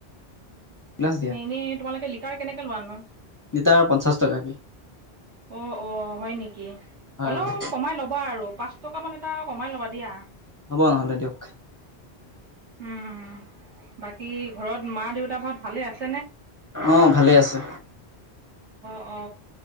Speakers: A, on the left; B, on the right.
A: গ্লাছ
B: এনেই তোমালোকে লিটাৰ কেনেকে লোৱা নো?
A: লিতাৰ পঞ্চাশ টকাকে।
B: অ অ হয় নেকি
A: হয়
B: অলপ
A: হয়
B: কমাই ল'বা আৰু। পাঁচ টকা মান এটা কমাই ল'বা দিয়া।
A: হ'ব নহ'লে দিয়ক
B: উম বাকী ঘৰত মা দেউতা ঘৰত ভালে আছে?
A: অ ভালে আছে।
B: অ